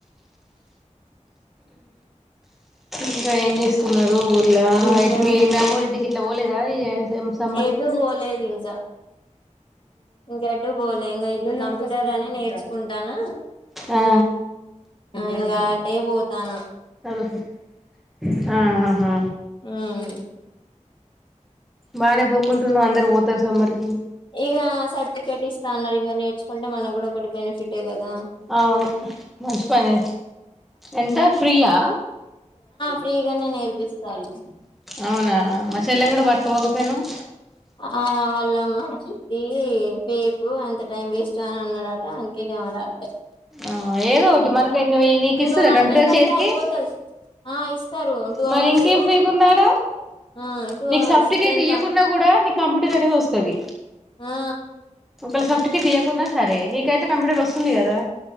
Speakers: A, in the centre; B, on the left.
A: ఇంకా ఏం చేస్ తున్నారు ఊర్ల
B: ఇంకా
A: ఇయిట్ మీ అమ్మోలింటికి గిట్లా పోలేదా సమ్మర్
B: ఎటు
A: కి
B: వోలేదు ఇంకా ఇంక ఎటు పోలే ఇంకా ఇటు కంప్యూటర్ అని నేర్చుకుంటానా
A: ఆ
B: ఇంగ అటె పోతన
A: అ ఆహా
B: ఉమ్
A: బానే పోకుంటున్నావ్ అందరు పోతారు సమ్మర్కి
B: ఇగ సర్టిఫికేట్ ఇస్త అన్నరు ఇంగా నేర్చుకుంటే మనకు కూడా ఒక్కటి బేనిఫిటె క ద
A: అవును మంచి పని ఎంత ఫ్రీయా
B: ఫ్రీగానే నేర్పిస్తాళ్ళు
A: అవునా మా చెల్లెని కూడా పట్టుకోపోకపోయినావ్
B: ఆ వాళ్ళమ్మా ఇవ్వి ఫేకు అంత టైం వేస్ట్ అని అన్నాడట అందుకే ఇగ ఆమె రాప్డ్
A: ఆ ఏదో ఒటి మనకైనవి నీకు
B: ఇంకో
A: ఇస్తురా
B: వన్
A: కంప్యూటర్
B: వీక్ అయితే
A: చేతికి
B: అయిపోతది ఆ ఇస్తారు టూ
A: మరి
B: అవర్స్
A: ఇంకేం ఫేక్ ఉంది అడ
B: ఆ టూ
A: నీకు
B: అవర్స్
A: సాఫ్టికేట్
B: టెన్
A: ఇయ్యాకున్న
B: కా
A: కూడా నీకు కంప్యూటర్ అనేది వస్తు తది
B: ఆ
A: ఒకళ సాఫ్టికేట్ ఇయ్యాకున్నా సరే నీకైతే కంప్యూటర్ వస్తుంది కదా